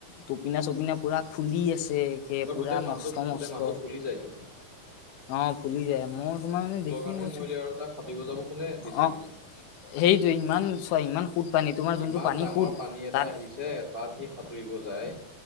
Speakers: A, on the left; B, on the right.
A: টোপিনা চপিনা পুৰা খুলি আছে। একে
B: তই
A: পুৰা
B: গোটেই মানুহ,
A: মস্ত মস্ত
B: গোটেই মানুহ ফুলি যায়টো।
A: অ', ফুলি যায় মই তোমাৰ মানে দেখি
B: কাৰণেহে
A: মই
B: মৰিলে আৰু তাক সাঁতুৰিব যাব কোনে দিছিলনো
A: অ', সেইটো ইমান ছয় ইমান সুদ পানী তোমাৰ যোনটো
B: ইমান
A: পানী
B: ডাঙৰ
A: সুদ
B: পানী এটা
A: তাত
B: আহিছে তাত সি সাঁতুৰিব যায়।